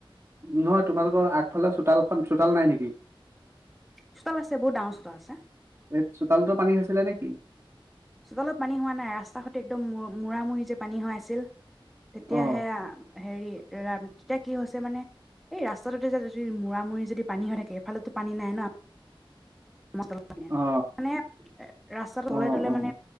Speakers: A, on the right; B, in the centre.
A: নহয় তোমালোকৰ আগফালে চোতালখন, চোতাল নাই নেকি?
B: চোতাল আছে, বহুত ডাঙৰ চোতাল আছে।
A: এই চোতালতো পানী হৈছিলে নেকি?
B: চোতালত পানী হোৱা নাই ৰাস্তা সতে মূৰা মূৰি যে পানী হোৱা আছিল। তেতিয়া
A: অ
B: সেয়া হেৰি তেতিয়া কি হৈছে মানে, এই ৰাস্তাটোতে যদি মৰা-মূৰি যদি পানী হৈ থাকে এফালতো পানী নাই ন। লন,
A: অ
B: মানে ৰাস্তাত তলে
A: অ
B: তলে
A: অ
B: মানে